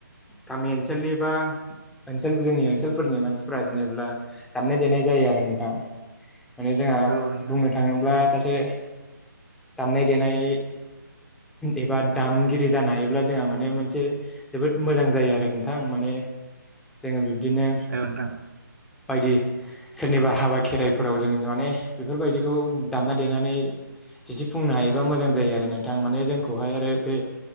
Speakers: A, in the centre; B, on the right.
A: गामि ओनसोलनि बा ओनसोल जोंनि ओनसोलफोरनि मानसिफोरा जेनेब्ला दामनाय देनाय जायो आरो नोंथां माने जोंहा
B: औ नोंथां
A: बुंनो थाङोब्ला सासे दामनाय देनाय एबा दामगिरि जानो हायोब्ला जोंहा माने मोनसे जोबोद मोजां जायो आरो नोंथां माने जोङो बिदिनो
B: औ नोंथां
A: बायदि सोरनिबा हाबा खेराइफोराव जों माने बेफोरबायदिखौ दामना देनानै दिन्थिफुंनो हायोबा मोजां जायो आरो नोंथां माने जोंखौहाय आरो बे